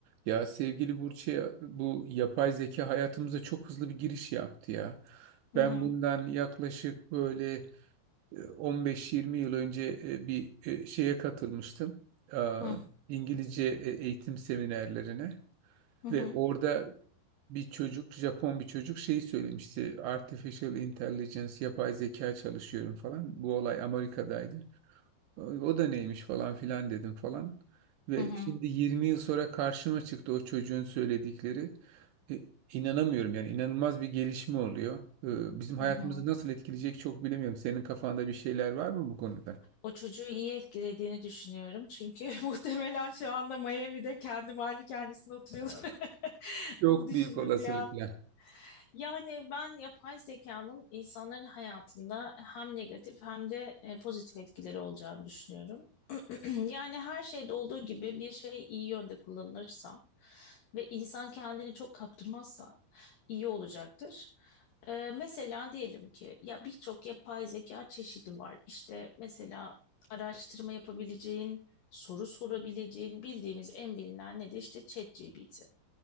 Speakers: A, on the right; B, on the left.
A: Ya sevgili Burç'e bu yapay zeka hayatımıza çok hızlı bir giriş yaptı ya.
B: Hı
A: Ben
B: hı.
A: bundan yaklaşık böyle e, 15-20 yıl önce e, bir e, şeye katılmıştım. Aa,
B: Hı
A: İngilizce e, eğitim seminerlerine
B: hı hı
A: ve orada bir çocuk, Japon bir çocuk şeyi söylemişti. Artificial Intelligence, yapay zeka çalışıyorum falan. Bu olay Amerika'daydı. O da neymiş falan filan dedim falan. Ve
B: hı hı.
A: şimdi 20 yıl sonra karşıma çıktı o çocuğun söyledikleri. E, inanamıyorum yani inanılmaz bir gelişme oluyor. E, bizim
B: hı
A: hayatımızı
B: hı.
A: nasıl etkileyecek çok bilemiyorum. Senin kafanda bir şeyler var mı bu konuda?
B: O çocuğu iyi etkilediğini düşünüyorum. Çünkü <laughs> muhtemelen şu anda Miami'de kendi malikanesinde oturuyordur. <laughs>
A: Çok
B: Onu düşündüm
A: büyük olasılıkla.
B: bir an. Yani ben yapay zekanın insanların hayatında hem negatif hem de e, pozitif etkileri olacağını düşünüyorum. <clears throat> Yani her şeyde olduğu gibi bir şey iyi yönde kullanılırsa ve insan kendini çok kaptırmazsa iyi olacaktır. Ee, mesela diyelim ki ya birçok yapay zeka çeşidi var. İşte mesela araştırma yapabileceğin, soru sorabileceğin bildiğimiz en bilinen ne de işte ChatGPT.